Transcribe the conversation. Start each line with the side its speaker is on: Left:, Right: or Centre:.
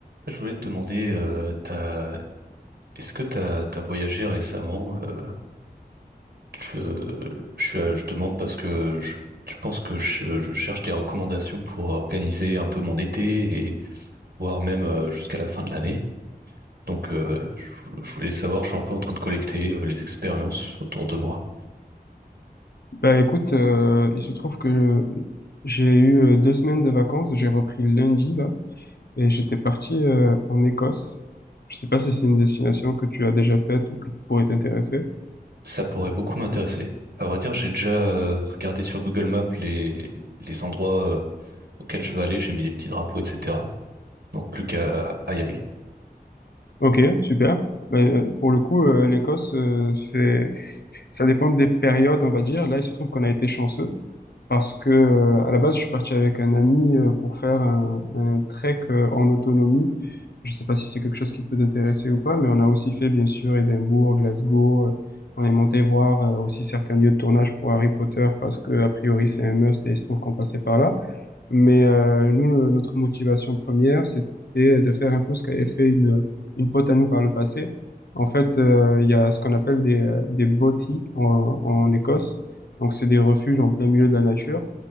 Right: je voulais te demander, euh, t'as- est-ce que tu as, voyagé récemment? Euh, je, je, je demande parce que je, je pense que je, je cherche des recommandations pour organiser un peu mon été et voire même euh, jusqu'à la fin de l'année. Donc, euh, je, je voulais savoir, je suis un peu en train de collecter euh, les expériences autour de moi.
Left: Bah écoute, euh, il se trouve que euh, j'ai eu euh, deux semaines de vacances, j'ai repris lundi là, et j'étais parti euh, en Écosse. Je sais pas si c'est une destination que tu as déjà faite ou qui pourrait t'intéresser.
Right: Ça pourrait beaucoup m'intéresser. À vrai dire, j'ai déjà euh, regardé sur Google Maps les, les endroits euh, auxquels je veux aller, j'ai mis des petits drapeaux, etc. Donc plus qu'à à y aller.
Left: Ok, super. Ben euh, pour le coup, euh, l'Écosse, euh, c'est, ça dépend des périodes, on va dire. Là, il se trouve qu'on a été chanceux Parce que, euh, à la base, je suis parti avec un ami euh, pour faire un, un trek euh, en autonomie. Je ne sais pas si c'est quelque chose qui peut t'intéresser ou pas, mais on a aussi fait, bien sûr, Édimbourg, Glasgow. euh, On est monté voir euh, aussi certains lieux de tournage pour Harry Potter parce que, a priori, c'est un must et il se trouve qu'on passait par là. Mais euh, nous, le- notre motivation première, c'était de faire un peu ce qu'avait fait une, une pote à nous par le passé. En fait, euh, il y a ce qu'on appelle des, euh, des botties en, en Écosse. Donc, c'est des refuges en plein milieu de la nature.